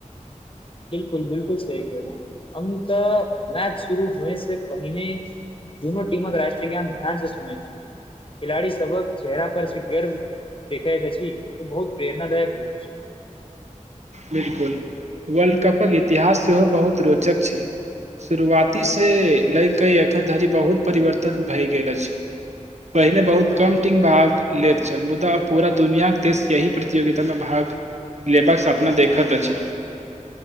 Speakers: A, on the left (about 45°); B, on the right (about 60°).
A: बिल्कुल, बिलकुल। सही कहलहुँ हम तऽ मैच शुरू होइसॅं पहिने दुनू टीमक राष्ट्रीय गान धेआन सुनै छी, खिलाड़ी सभक चेहरा पर गर्व देखाइत अछि तऽ बहुत प्रेरणादायक होइत अछि।
B: बिल्कुल, वर्ल्ड कपक इतिहास सेहो बहुत रोचक छै! शुरुआतीसँ लए कऽ एखन धरि बहुत परिवर्तन भए गेल अछि। पहिने बहुत कम टीम भाग लैत छल मुदा आब पूरा दुनिआके देश एहि प्रतियोगितामे भाग लेबाक सपना देखैत अछि।